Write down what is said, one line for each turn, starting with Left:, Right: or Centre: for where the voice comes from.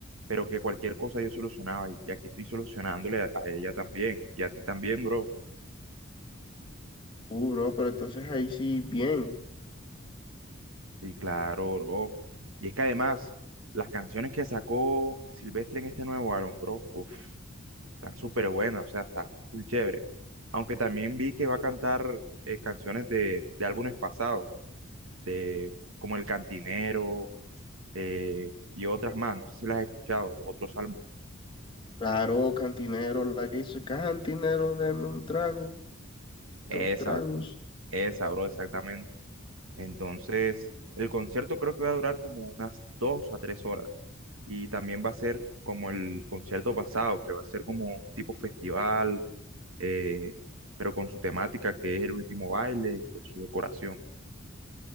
Right: pero que cualquier cosa yo solucionaba y, y aquí estoy solucionándole a, a ella también y a ti también, bro.
Left: Uh, bro, pero entonces ahí sí, bien.
Right: Sí, claro, bro. Y es que además, las canciones que sacó Silvestre en este nuevo álbum, bro, uff, están súper buenas, o sea, está full chévere. Aunque también vi que va a cantar eh, canciones de, de álbumes pasados, de como El Cantinero eh, y otras más, no sé si las has escuchado, los otros álbumes.
Left: Claro, cantinero, la que dice, cantinero, deme un trago, dos
Right: Esa,
Left: tragos.
Right: Esa, bro, exactamente. Entonces, el concierto creo que va a durar como unas dos a tres horas. Y también va a ser como el concierto pasado, que va a ser como un tipo festival, eh, pero con su temática que es el último baile y pues su decoración.